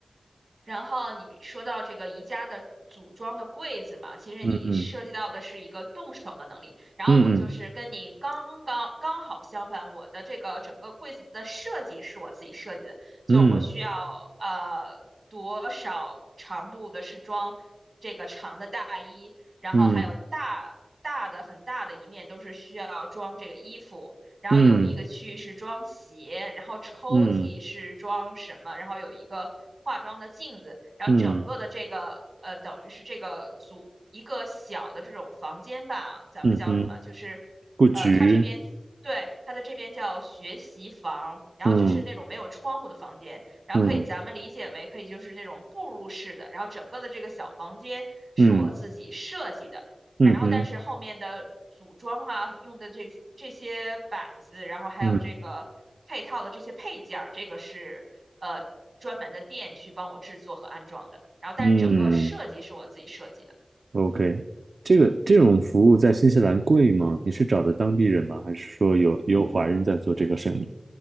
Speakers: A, on the right; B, on the right.
A: 然后你说到这个宜家的组装的柜子嘛，其实你涉及到的是一个动手的能力。
B: 嗯嗯
A: 然后我就是跟你刚刚刚好相反，
B: 嗯
A: 我的这个整个柜子的设计是我自己设计的，就是我需要呃多少长度的是装这个长的大衣，
B: 嗯
A: 然后还有大大的很大的一面都是需要装这个衣服，
B: 嗯
A: 然后有一个区域是装鞋，
B: 嗯
A: 然后抽屉是装什么，
B: 嗯
A: 然后有一个化妆的镜子，然后整个的这个呃，
B: 嗯
A: 等于是这个组一个小的这种房间吧，咱们叫什么？
B: 嗯哼，嗯
A: 就是
B: 布局，
A: 呃，它这边对它的这边叫学习房，然后就是那种没有窗户的房间，
B: 嗯
A: 然后可以咱们理解为可以就是那种步入式的，
B: 嗯
A: 然后整个的这个小房间是我自己设计的。
B: 嗯嗯哼，
A: 然后但是后面的组装啊，用的这个这些板子，然后还有这个配套的这些配件儿，
B: 嗯
A: 这个是呃专门的店去帮我制作和安装的。然后但是整个设计是我自己设计的。
B: 嗯。OK，这个这种服务在新西兰贵吗？你是找的当地人吗？还是说有有华人在做这个生意？